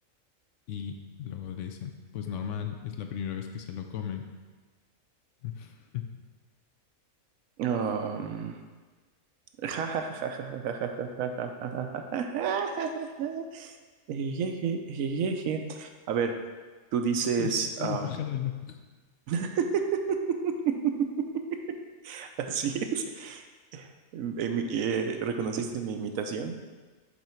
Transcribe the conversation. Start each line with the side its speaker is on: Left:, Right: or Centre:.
Left: Y luego le dicen, pues normal, es la primera vez que se lo comen. <laughs>
Right: um, <laughs> Ejeje, ejeje. A ver, tú dices.
Left: Le sigo
Right: um,
Left: el pájaro loco.
Right: <laughs> Así es. Em- eh, ¿Reconociste mi imitación?